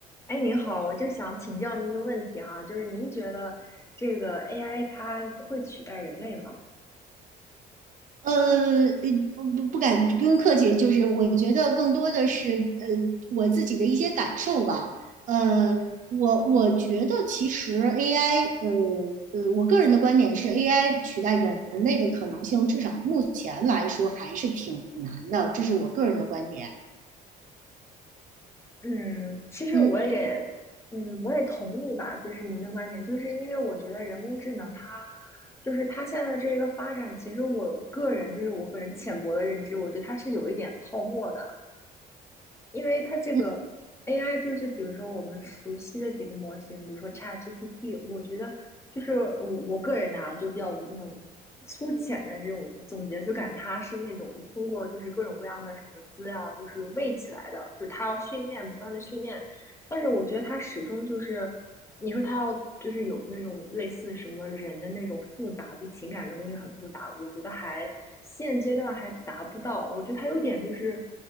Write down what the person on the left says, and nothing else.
哎，您好，我就想请教您一个问题哈，就是您觉得这个 AI 它会取代人类吗？
嗯，其实我也，
嗯，我也同意吧，就是您的观点，就是因为我觉得人工智能它，就是它现在这一个发展，其实我个人就是我个人浅薄的认知，我觉得它是有一点泡沫的，因为它这个
AI 就是比如说我们熟悉的几个模型，比如说 ChatGPT，我觉得就是我我个人呢、就比较有那种粗浅的这种总结，就感它是那种通过就是各种各样的什么资料就是喂起来的，就是它要训练不断的训练，但是我觉得它始终就是。你说他要就是有那种类似什么人的那种复杂，就情感这东西很复杂，我觉得还现阶段还达不到。我觉得他有点就是